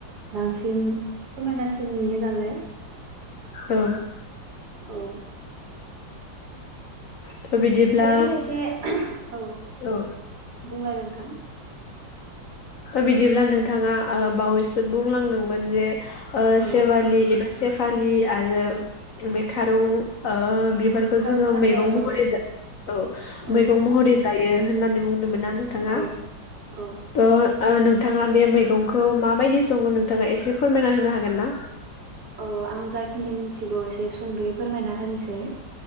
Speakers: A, on the right; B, on the left.
A: बांसिन समायनासिन नुयो नालाय
B: औ
A: औ।
B: थ' बिदिब्ला
A: खायसे खायसे औ
B: औ
A: बुंलाय नोंथां।
B: बिदिब्ला नोंथाङा ओ बावैसो बुंलांदोंमोन जे ओ
A: औ
B: सेवालि सेफालि आरो बे खारौ बिबारखौ
A: खारौ
B: जोङो
A: खान्दाय
B: मैगं महरै
A: औ
B: जा औ
A: औ
B: मैगं महरै जायो होननानै बुंदोंमोन ना नोंथाङा
A: औ औ
B: ओ ओ नोंथाङा बे मैगंखौ माबायदि सङो नोंथाङा एसे फोरमायना होनो हागोन ना
A: औ आं जाखिनि मिथिगौ एसे सुंद'यै फोरमायना होनोसै